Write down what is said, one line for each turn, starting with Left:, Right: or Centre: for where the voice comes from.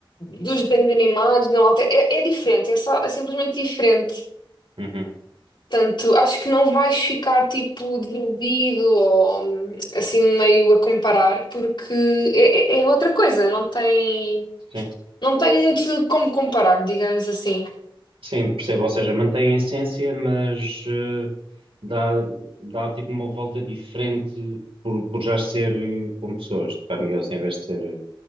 Left: dos desenhos animados, não altera. É, é diferente, é só é simplesmente diferente.
Right: Uhum,
Left: Portanto, acho que não vais ficar tipo desiludido ou hum, assim meio a comparar, porque é, é é outra coisa, não tem,
Right: sim.
Left: não tem muito como comparar, digamos assim.
Right: Sim, percebo. Ou seja, mantém a essência, mas eh, dá, dá tipo uma volta diferente por, por já ser eh, com pessoas de carne e osso, em vez de ser eh,